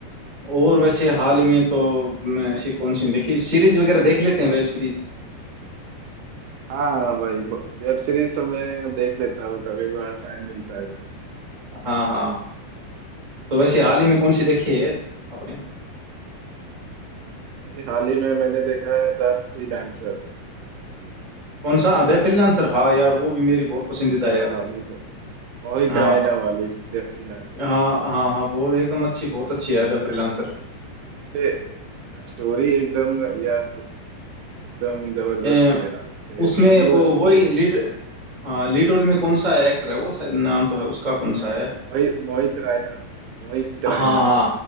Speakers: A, on the right (about 40°); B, on the right (about 75°).
A: और वैसे हाल ही में तो मैं ऐसी कौन सी देखी सीरीज वगैरह देख लेते हैं वेब सीरीज
B: हाँ हाँ भाई वेब सीरीज तो मैं देख लेता हूँ कभी बार टाइम मिलता है तो
A: हाँ हाँ तो वैसे हाल ही में कौन सी देखी है आपने
B: भाई, हाल ही में मैंने देखा है द फ्रीलांसर वेब सीरीज
A: कौन सा द फ्रीलांसर हाँ यार वो भी मेरी बहुत पसंदीदा है
B: हाँ
A: यार
B: बिल्कुल मोहित
A: हाँ
B: रायना वाली द फ्रीलांसर
A: हाँ हाँ हाँ बहुत एकदम अच्छी बहुत अच्छी है द फ्रीलांसर
B: भाई ये स्टोरी एकदम यार एकदम जबरदस्त
A: ए,
B: है यार
A: उसमें
B: न्यू
A: वो
B: स्टोरी
A: वही लीड
B: एकदम
A: लीड रोल में कौन सा एक्टर है वो शायद नाम तो है उसका कौन
B: भाई
A: सा है
B: मोहित मोहित रायना मोहित रायना
A: हाँ हाँ